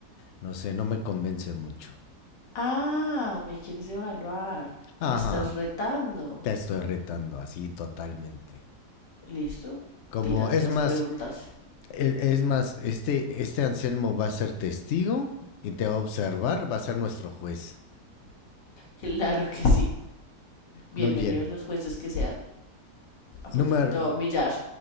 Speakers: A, on the left; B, on the left.
A: no sé, no me convence mucho.
B: Ah, me quieres evaluar,
A: Ajá,
B: me estás retando.
A: te estoy retando así totalmente.
B: ¿Listo?
A: Como,
B: Tírate
A: es
B: las
A: más,
B: preguntas. <laughs>
A: e- es más, este, este Anselmo va a ser testigo y te va a observar, va a ser nuestro juez.
B: Claro que sí. Bienvenidos
A: Muy bien.
B: los jueces que sean. Apuesto
A: number
B: que te va a humillar.